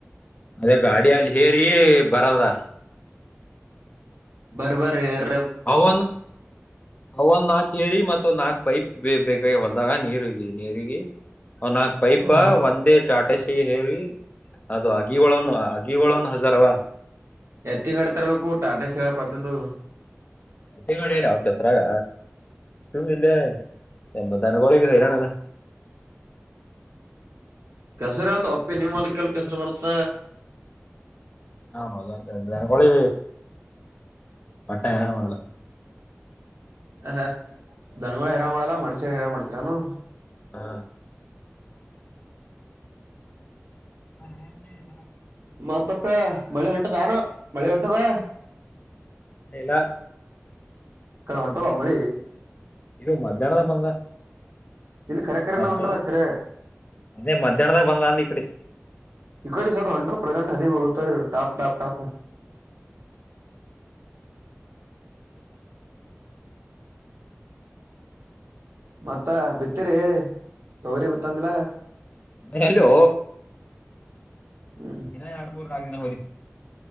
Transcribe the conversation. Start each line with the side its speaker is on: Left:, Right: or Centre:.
Left: ಅದೇ ಗಾಡಿ ಅಲ್ಲಿ ಹೇರಿ ಬರದ
Right: ಬರಬರ ಯಾರ
Left: ಅವ ಅವನ ಕೇಳಿ ಹೇಳಿ ಮತ್ತ ನಾಲ್ಕ್ ಪೈಪ್ ಬ ಬೇಕಾಗಿ ಹೊಲ್ದಾಗ ನೀರುಗಿ ನೀರಿಗಿ ಒ ನಾಕು ಪೈಪಾ
Right: ಹಾ ಹಾ
Left: ಒಂದೇ ಟಾಟೆಸ್ ಹೇರಿ ಅದು ಅಗಿ ಒಳನು ಅಗಿ ಒಳನ್ ಹಜಾರವಾ
Right: ಎತ್ತಿಂಗಡಿ ತರಬೇಕಬೇಕು ಟಾಟಾ ಶಿರಾ ಪಕಂದು
Left: ಹೊಟ್ಟೆ ಮಾಡಿಲ್ಲ ಅವ ಕೆಸರಾಗ ಚು ಇಲ್ಲೇ ಎಮ್ಮತಾನಗಳ ಹೈರಾಣಲ್ಲ
Right: ಕೆಸರಿ ಅಲ್ಲ ಅಪ್ಪಿ ನಿಮಲಿಕ್ಕೆಲ್ ಕೆಸರು ಬರ್ತ
Left: ಹಾ ಹೌದಕಳಿ ಪಟ್ಟ ಯರಡು ಮಾಡಲ್ಲ
Right: ಹ ಹ ದನ್ಗಳ ಹೇರಾ ಮಾಡಲ್ಲ ಮನುಷ್ಯ ಹೆರ ಮಾಡ್ತರಿ ನಾನು
Left: ಹಾ ಹ
Right: ಮತ್ತಪ್ಪ ಮಳೆ ಹೊಂಟದಾನ ಮಳೆ ಹೊಂಟದ
Left: ಎಲ್ಲ
Right: ಕಡ ಹೊಂಟುವ ಮಿ
Left: ಇಗ ಮಧ್ಯಾಹ್ನದ ಬಂದದ
Right: ಇಲ್ಲಿ ಖರೆ ಖರೆನ
Left: ಮಧ
Right: ಹೊಂಟದ ಖರೆ
Left: ಅದೇ ಮಧ್ಯಾನದ ಬಂದ ಅ ಇಡೆ
Right: ಈ ಕಡೆ ಸದು ಹಂಟ್ರದ ಪ್ರೆಸೆಂಟ್ ಹನಿ ಬೀಳುತ್ತಾರು ಟಾಪ್ ಟಾಪ್ ಟಾಪ್ ಮತ್ತ ಬಿತ್ತೀರಿ ತಗರಿ ಬಿತ್ತಂದಲ
Left: ಹಲೋ
Right: ಹ್ಮ್
Left: ಇನ್ನ ಎರಡ್ ಮೂರ್ಗಿನ ಹೋಳಿ